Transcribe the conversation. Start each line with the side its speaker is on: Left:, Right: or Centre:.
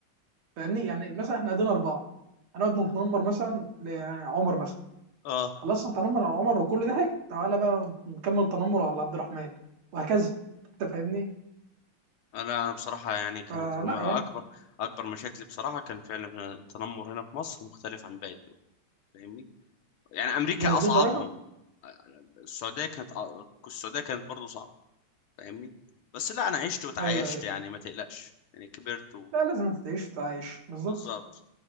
Right: فاهمني يعني مثلا احنا قاعدين اربعه هنقعد نتنمر مثلا ل- يعني عمر مثلا
Left: اه
Right: خلصنا نتنمر على عمر وكل ضحك تعالى بقى نكمل تنمر على عبد الرحمن وهكذا انت فاهمني
Left: انا انا بصراحه يعني كانت
Right: فلا
Left: ما
Right: يعني
Left: اكبر اكبر مشاكلي بصراحه كان فعلا هنا التنمر هنا في مصر مختلف عن باقي الدول فاهمني يعني امريكا
Right: لهذه
Left: اصعبهم
Right: الدرجه
Left: السعوديه كانت السعوديه كانت برضو صعبه فاهمني بس لا انا عشت وتعايشت
Right: ايوه ايوه
Left: يعني ما تقلقش يعني كبرت
Right: لا لازم تعيش تعيش بالظبط
Left: بالظبط